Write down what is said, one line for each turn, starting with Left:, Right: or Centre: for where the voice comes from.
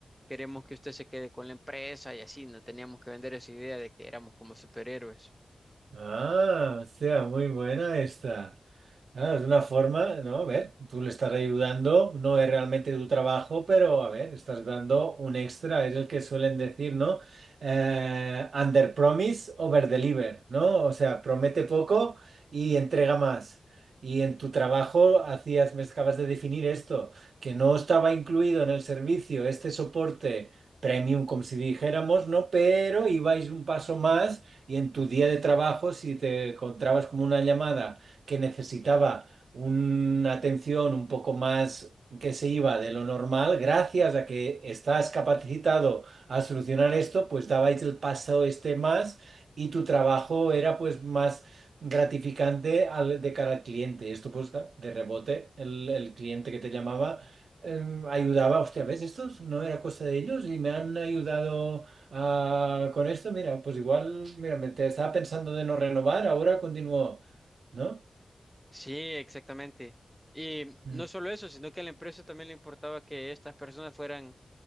Centre: queremos que usted se quede con la empresa y así, no teníamos que vender esa idea de que éramos como superhéroes.
Right: Ah, hostia, muy buena esta. Ah, es una forma, ¿no? A ver, tú le estás ayudando, no es realmente tu trabajo, pero a ver, estás dando un extra, es el que suelen decir, ¿no? Eh, under promise, over deliver, ¿no? O sea, promete poco y entrega más. Y en tu trabajo hacías, me acabas de definir esto, que no estaba incluido en el servicio este soporte premium, como si dijéramos, ¿no? Pero ibais un paso más y en tu día de trabajo, si te encontrabas como una llamada que necesitaba una atención un poco más que se iba de lo normal, gracias a que estás capacitado a solucionar esto, pues dabais el paso este más y tu trabajo era pues más gratificante al- de cara al cliente. Esto pues claro, de rebote, el, el cliente que te llamaba em, ayudaba, hostia, ¿ves? Esto no era cosa de ellos y me han ayudado a- con esto, mira, pues igual, mira, me te estaba pensando de no renovar, ahora continúo, ¿no?
Centre: Sí, exactamente. Y
Right: Mm,
Centre: no solo eso, sino que a la empresa también le importaba que estas personas fueran